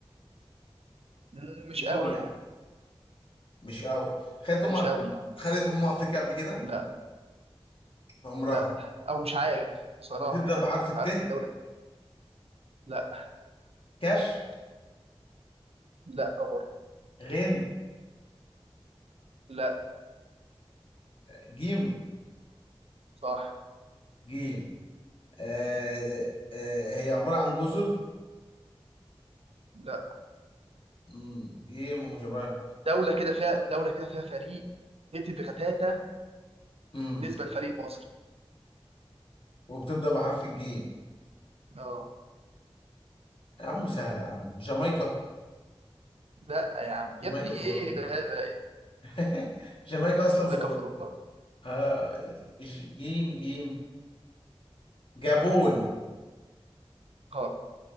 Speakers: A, on the right; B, on the left.
A: مم،
B: في
A: مش
B: كوره
A: قوي
B: يعني.
A: يعني
B: مش قوي خدت
A: آه،
B: امم
A: مش قوي يعني
B: خدت امم
A: اه
B: افريقيا قبل كده
A: لا
B: عمرها
A: لا او مش عارف بصراحة
B: بتبدا
A: يعني
B: بحرف الت
A: عارف الدولة لا
B: كاف
A: لا برضه
B: غين
A: لا
B: جيم
A: صح
B: جيم آه آه آه، هي عباره عن جزر
A: لا
B: مم. جيم وشباب
A: دوله كده فيها دوله كده فيها فريق هتت غتاته
B: مم.
A: بالنسبه لفريق مصر
B: وبتبدا بحرف الجيم
A: اه
B: يا عم سهله يا عم جامايكا
A: لا يا عم
B: جامايكا
A: يا ابني
B: في اوروبا
A: ايه ده ده
B: <laughs> جامايكا اصلا في
A: امريكا
B: اوروبا
A: في اوروبا
B: آه ج- جيم جيم جابون
A: غلط